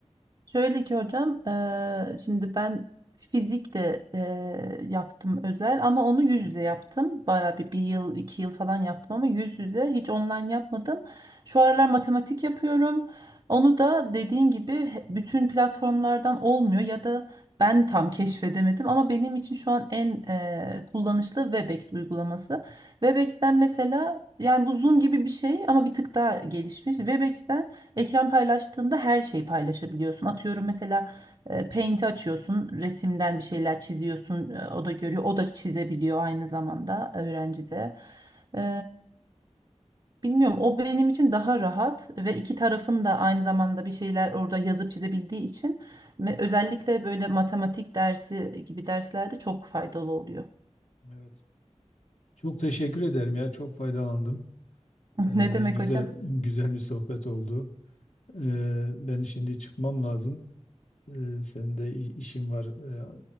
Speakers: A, on the right; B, on the left.
A: Şöyle ki hocam, eee, şimdi ben fizik de eee, yaptım özel ama onu yüz yüze yaptım. Bayağı bir, bir yıl, iki yıl falan yaptım ama yüz yüze hiç online yapmadım. Şu aralar matematik yapıyorum. Onu da dediğin gibi he- bütün platformlardan olmuyor ya da ben tam keşfedemedim ama benim için şu an en eee, kullanışlı Webex uygulaması. Webex'ten mesela yani bu Zoom gibi bir şey ama bir tık daha gelişmiş. Webex'ten Ekran paylaştığında her şeyi paylaşabiliyorsun. Atıyorum mesela e, Paint'i açıyorsun, resimden bir şeyler çiziyorsun, e, o da görüyor, o da çizebiliyor aynı zamanda öğrenci de. E, bilmiyorum, o benim için daha rahat ve iki tarafın da aynı zamanda bir şeyler orada yazıp çizebildiği için me- özellikle böyle matematik dersi gibi derslerde çok faydalı oluyor.
B: Evet. Çok teşekkür ederim ya. Çok faydalandım.
A: <laughs>
B: Ee,
A: Ne demek
B: güzel
A: hocam?
B: güzel bir sohbet oldu. Ee, ben şimdi çıkmam lazım. Ee, senin de i- işin var ee,